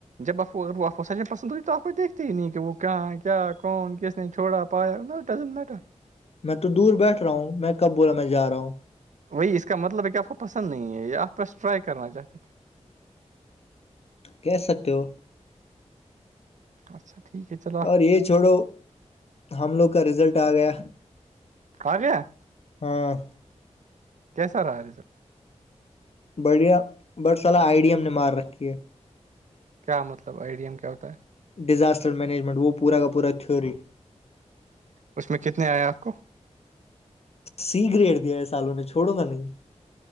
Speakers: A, on the right (about 85°); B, on the left (about 55°).
A: جب اف وہ افو س میں پسند ہوتی تو افو دیکھتی ہی نہیں کہ وہ کہاں کیا کون کس نے چھوڑا <unintelligible>
B: میں تو دور بیٹھ رہا ہوں میں کب بولا میں جا رہا ہوں
A: بھائی اس کا مطلب ہے کہ اپ کو پسند نہیں ہے کرنا چاہتے تھے
B: کہہ سکتے ہو
A: اچھا ٹھیک ہے چل
B: اور یہ چھوڑو ہم لوگ کا رزلٹ آ گیا
A: <unintelligible>
B: ہاں
A: کیسا رہا ریزرٹ
B: بڑھیا بٹ سلاح آئیڈی ہم نے مار رکھی ہے
A: کیا مطلب آئیڈیم کیا ہوتا ہے
B: ڈیزاسٹر مینجمنٹ وہ پورا کا پورا تھیوری
A: اس میں کتنے آئے آپ کو
B: سی گریڈ دیا ہے سالوں نے چھوڑوں گا نہیں